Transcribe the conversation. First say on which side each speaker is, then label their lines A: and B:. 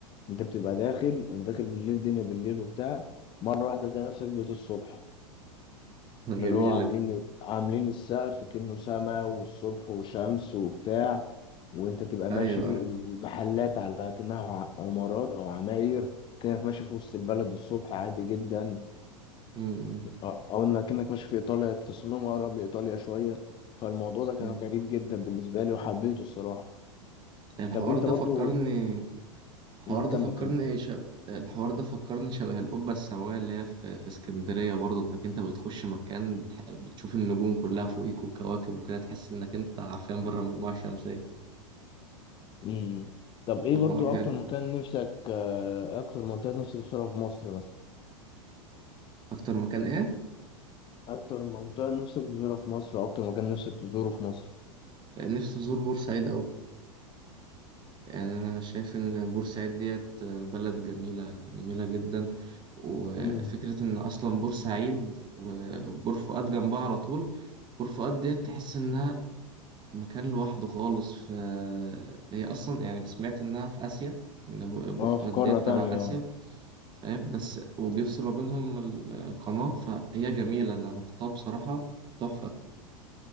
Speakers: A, on the left; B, on the right.
A: انت بتبقى داخل انا داخل بالليل الدنيا بالليل وبتاع مرة واحدة تلاقي نفسك بقيت الصبح
B: <laughs> جميلة
A: اللي هو عاملين عاملين السقف كأنه سما والصبح وشمس وبتاع وانت تبقى ماشي
B: ايوه
A: المحلات
B: ايوه
A: على كأنها ع- عمارات او عماير كأنك ماشي في وسط البلد الصبح عادي جدا
B: مم،
A: اه، او انك كأنك ماشي في ايطاليا التصميم اقرب لايطاليا شوية فالموضوع ده كان
B: مم.
A: غريب جدا بالنسبة لي وحبيته الصراحة
B: الحوار
A: طب انت
B: ده
A: برضو
B: فكرني الحوار
A: مم،
B: ده
A: كمل
B: فكرني
A: كمل
B: ش... الحوار ده فكرني شبه القبة السماوية اللي هي في, في اسكندرية برضه انك انت بتخش مكان بتح... بتشوف النجوم كلها فوقيك والكواكب وكده تحس انك انت حرفيا بره المجموعة الشمسية
A: مم. طب ايه
B: الحوار
A: برضو
B: حلو
A: اكتر مكان نفسك اه، اكتر منطقة نفسك تزورها في مصر مثلا
B: اكتر مكان ايه
A: أكتر منطقة نفسك تزورها في مصر أو أكتر مكان نفسك تزوره في مصر
B: نفسي ازور بورسعيد اوي. يعني أنا شايف إن بورسعيد ديت بلد جميلة جميلة جدا وفكرة
A: مم.
B: إن أصلا بورسعيد وبور فؤاد جنبها على طول بور فؤاد ديت تحس إنها مكان لوحده خالص ف هي أصلا يعني سمعت إنها في آسيا إن بور
A: أه
B: فؤاد
A: في قارة
B: ديت
A: تانية
B: تبع آسيا
A: أه
B: فاهم بس وبيفصل ما بينهم القناة فهي جميلة أنا رحتها بصراحة تحفة